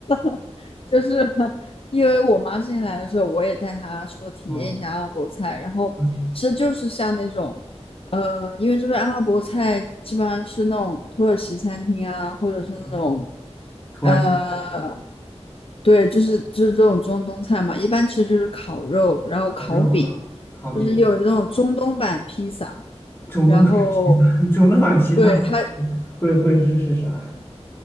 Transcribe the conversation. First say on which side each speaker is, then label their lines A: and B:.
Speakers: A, on the left; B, on the left.
A: <laughs> 就是因为我妈之前来的时候，我也带她说体验一下阿拉伯菜，
B: 嗯
A: 然后其实就是像那种，
B: 嗯
A: 呃，因为这边阿拉伯菜基本上是那种土耳其餐厅啊，或者是那种，
B: 嗯，土耳其菜，
A: 呃，
B: 嗯，
A: 对，就是就是这种中东菜嘛，一般其实就是烤肉，然后烤饼，
B: 烤肉啊，烤饼，
A: 就是有那种中东版披萨。
B: 中东版披萨，
A: 然后
B: <laughs> 中东版披萨。
A: 对，它
B: 会会是是啥